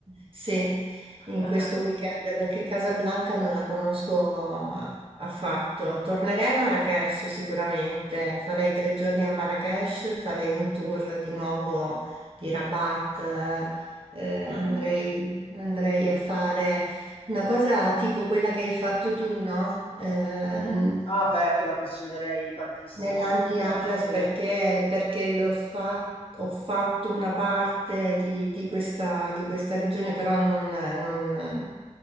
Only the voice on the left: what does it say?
<laughs>
Mhm,
mhm. Ah beh, te la consiglierei tantissimo
perché veramente...